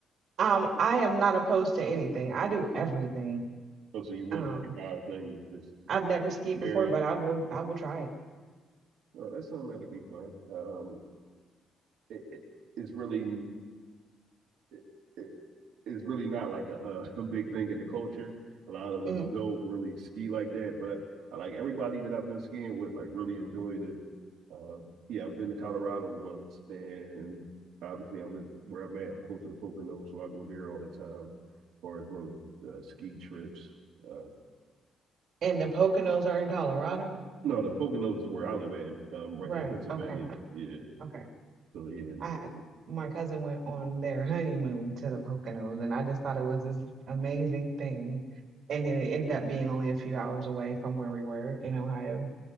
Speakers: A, on the right; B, on the right.
A: Um, I am not opposed to anything. I do everything.
B: Oh, so you willing
A: Um,
B: to try things, just
A: I've never skied
B: experience.
A: before, but I will I will try it.
B: Oh, that's something that'd be fun. Um, it, it it's really it, it, it's really not like a, uh, a <laughs> big thing in the culture. A lot of
A: hmm
B: us don't really ski like that, but I, I like everybody that I've been skiing with, like really enjoyed it. Um, yeah, I've been to Colorado once, and obviously I'm at, where I'm at. I'm close to the Poconos, so I go there all the time. As far as little uh, ski trips, uh,
A: And the Poconos are in Colorado?
B: No, the Poconos is where I live at, um, right
A: Right.
B: in Pennsylvania.
A: Okay.
B: Yeah.
A: Okay.
B: So yeah, <laughs>
A: I my cousin went on their honeymoon to the Poconos and I just thought it was this amazing thing. And then it ended up being only a few hours away from where we were in Ohio.